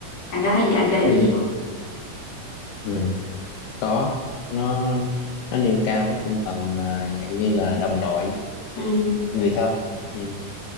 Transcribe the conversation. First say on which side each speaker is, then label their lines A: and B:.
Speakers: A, on the left; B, on the left.
A: anh có thấy vậy anh có để ý
B: ừ,
A: gì không?
B: ừ. có nó nó nêu cao cái tinh thần à, dạng như là đồng đội
A: ừ
B: người thân ừ,